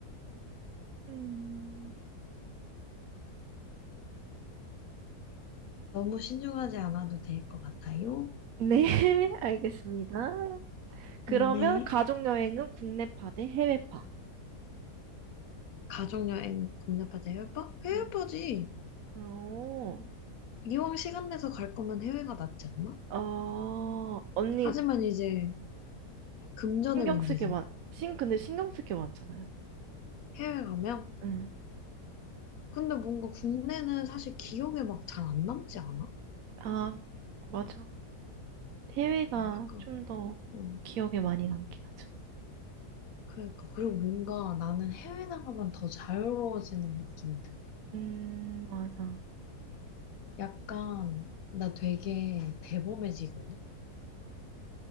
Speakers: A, on the right; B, on the left.
A: 음.
B: 너무 신중하지 않아도 될 것 같아요.
A: 네, <laughs> 알겠습니다. 그러면
B: 네.
A: 가족 여행은 국내파 대 해외파.
B: 가족여행 국내파다 해외파? 해외파지.
A: 음. 어,
B: 이왕 시간 내서 갈 거면 해외가 낫지 않나?
A: 어, 언니,
B: 하지만 이제 금전의
A: 신경
B: 문제지.
A: 쓰게 많, 신, 근데 신경 쓰게 많잖아요.
B: 해외 가면?
A: 응.
B: 근데 뭔가 국내는 사실 기억에 막 잘 안 남지 않아?
A: 아, 맞아. 해외가
B: 어, 약간,
A: 좀 더
B: 어,
A: 기억에 많이 남긴 하죠.
B: 그러니까. 그리고 뭔가 나는 해외 나가면 더 자유로워지는 느낌이 들어.
A: 음, 맞아.
B: 약간, 나 되게 대범해지거든?